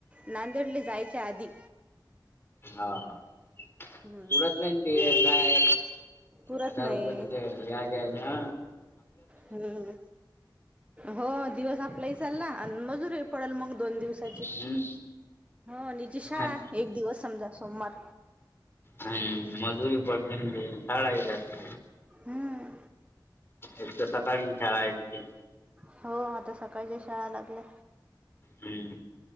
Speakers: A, on the right; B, on the left.
A: नांदेडले जायच्या आधी.
B: हा हा पुरत
A: हम्म
B: नाही ते काय
A: पुरत
B: हजार
A: नाही
B: रुपये ज्या ज्य जा
A: हम्म हो दिवस आपलाही चालला आणि मजूरीही पडेल. मग दोन दिवसाची
B: हम्म
A: हो हिची शाळा
B: हा
A: एक दिवस समजा सोमवार.
B: हं मजुरी पडते शाळा हि जाते.
A: हम्म
B: एक तर सकाळी शाळा आहे तिची.
A: हा आता सकाळच्या शाळा लागल्या.
B: हम्म.